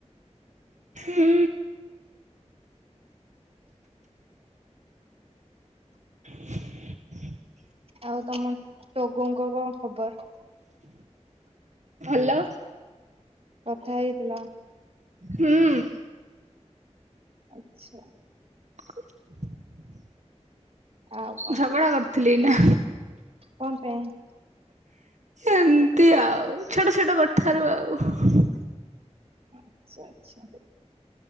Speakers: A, on the right; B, on the right.
A: ହୁଁ। <inaudible>
B: ଆଉ ତମ ଟୋଗୋଙ୍କ କଣ ଖବର?
A: ଭଲ।
B: କଥା ହେଇଥିଲ।
A: ହୁଁ ଉଁ
B: ଆଛା।
A: <unintelligible>
B: ଆଉ କଣ
A: ଝଗଡା କରୁଥିଲି ନା
B: କଣ ପାଇଁ?
A: ଏମିତି ଆଉ ଛୋଟ ଛୋଟ କଥାରୁ ଆଉ
B: ଆଛା, ଆଛା।